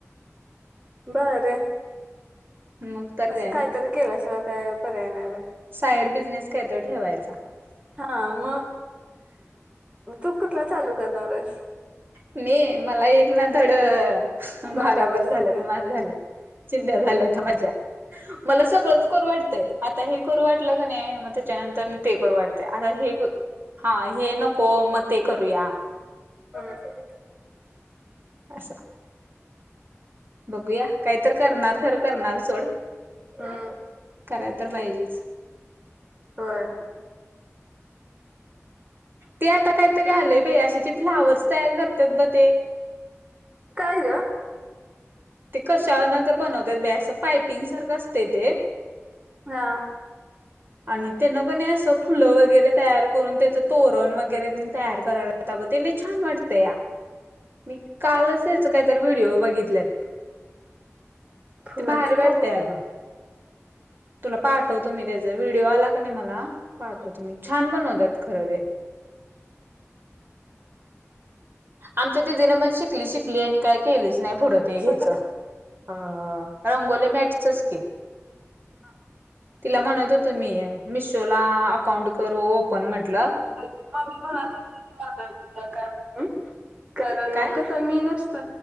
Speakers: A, on the right (about 25°); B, on the right (about 45°).
A: भारी आहे
B: मग तर
A: असं
B: काय
A: काहीतरी केल्याशिवाय काय पर्याय नाही बाई.
B: साईड बिझनेस काय तर ठेवायचा.
A: हा मग तू कसला कुठला चालू करणारस?
B: मी मला एक ना धड
A: बारावर
B: भाराबर झाल्यात
A: शिंद्या
B: माझ झालं चिंध्या झाल्यात माझ्या. मला सगळंच करू वाटतय आता हे करू वाटलं कणी मग त्याच्यानंतर ते करू वाटतय आता हे. हा हे नको मग ते करूया
A: ह.
B: असं बघूया काही तर करणार खरं करणार सोड
A: हम्म.
B: कराय तर पाहिजेच
A: व्हय
B: ते आता काहीतरी आलंय बाई अशी ते फ्लावर्स तयार करतात ब ते
A: काय ग?
B: ते कशाना तर बनवतात बाई असं पायपिंग सारखं असते ते
A: हा.
B: आणि त्यान पण असं फुलं वगैरे तयार करून त्याचं तोरण वगैरे तेन तयार करून कराल्यात अगं ते लय छान वाटतय मी कालच त्याच काहीतर व्हिडिओ बघितल्यात
A: फुलाच
B: ते भारी वाटतंय
A: तोरण
B: अग तुला पाठवतो मी त्याच व्हिडिओ आला का नाही मला पाठवतो मी तुला छान बनवत खर ते आमच्या दिदीनं पण शिकली शिकली आणि काय केलीच नाही पुढ ते ते
A: कसं
B: ह्याच
A: काय?
B: अ रंगोली मॅटचच की
A: हा.
B: तिला म्हणत होतं मी मिशोला अकाउंट करू ओपन म्हटलं
A: म मम्मी म्हणत होती मला तुझ ऑदर दिला का म्हणून कर
B: काय
A: कस मी नसत